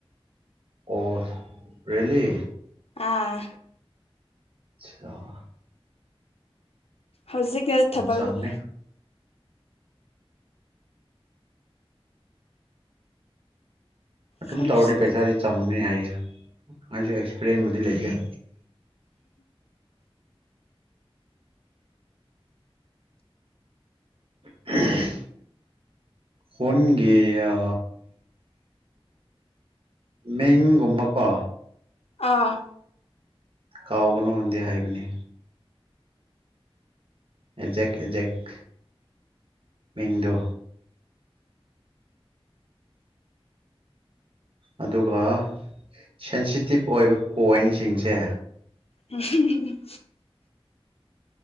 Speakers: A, on the right (about 65°); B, on the left (about 80°).
A: ꯑꯣ ꯔꯦꯜꯂꯤ
B: ꯑꯥ
A: ꯑ
B: ꯍꯧꯖꯤꯛ ꯌꯥꯔ ꯊꯕꯗꯗ
A: ꯆꯪꯅꯤ ꯑꯗꯨꯝ
B: ꯐꯥꯔꯁ
A: ꯇꯧꯔꯗꯤ ꯄꯩꯁꯥꯗꯤ ꯆꯪꯒꯅꯤ ꯍꯥꯏꯌꯦ ꯑꯩꯁꯨ ꯄ꯭ꯔꯦꯝꯕꯨꯗꯤ ꯂꯩꯒ <unintelligible> ꯍꯟꯒꯦ ꯑ ꯃꯤꯡꯒꯨꯝꯕꯀꯣ
B: ꯑꯥ
A: ꯀꯥꯎꯒꯅꯣꯟꯗꯦ ꯍꯥꯏꯕꯅꯤ ꯑꯦꯖꯦꯛ ꯑꯦꯖꯦꯛꯦꯛ ꯃꯤꯟꯗꯣ ꯑꯗꯨꯒ ꯁꯦꯟꯁꯤꯇꯤꯞ ꯑꯣꯏꯕ ꯄꯣꯏꯟꯁꯤꯡꯁꯦ
B: ꯎ